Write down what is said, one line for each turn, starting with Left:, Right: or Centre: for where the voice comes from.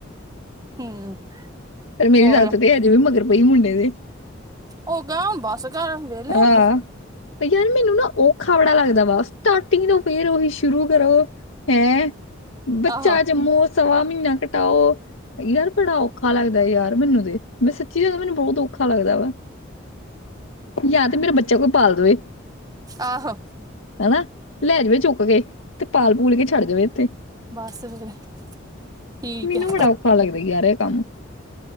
Right: ਹੂੰ।
Left: ਪਰ ਮੇਰੀ
Right: ਹੋਰ
Left: ਸੱਸ ਤੇ ਅਜੇ ਵੀ ਮਗਰ ਪਈ ਮੁੰਡੇ ਦੇ।
Right: ਉਹ ਗਾਂਹ, ਬਸ ਕਰ। ਵਿਹਲੇ
Left: ਆ,
Right: ਆਪਾਂ
Left: ਯਾਰ ਮੀੰਨੂੰ ਨਾ ਓਖਾ ਬੜਾ ਲੱਗਦਾ ਵਾ, ਸਟਾਰਟਿੰਗ ਤੋਂ ਫੇਰ ਉਹੀ ਸ਼ੁਰੂ ਕਰੋ। ਹੈਂ! ਬੱਚਾ
Right: ਆਹੋ
Left: ਜੰਮੋ ਸੱਵਾ ਮਹੀਨਾ ਕਟਾਓ, ਯਾਰ ਬੜਾ ਔਖਾ ਲੱਗ ਦਾ ਯਾਰ ਮੀੰਨੂ ਤੇ, ਮੈਂ ਸੱਚੀ ਯਾਰ ਮੈਨੂੰ ਬਹੁਤ ਔਖਾ ਲੱਗਦਾ ਵਾ। ਯਾ ਤੇ ਮੇਰਾ ਬੱਚਾ ਕੋਈ ਪਾਲ ਦਵੇ।
Right: ਆਹੋ
Left: ਹਨਾ, ਲੈਜਵੇ ਚੁੱਕਕੇ। ਤੇ ਪਾਲ-ਪੂਲਕੇ ਛੱਡ ਜਵੇ ਇੱਥੇ,
Right: ਬਸ ਫਿਰ ਠੀਕ
Left: ਮੀੰਨੂ
Right: ਹੈ
Left: ਬੜਾ ਔਖਾ ਲੱਗ ਰੀਆ ਹੈਗਾ,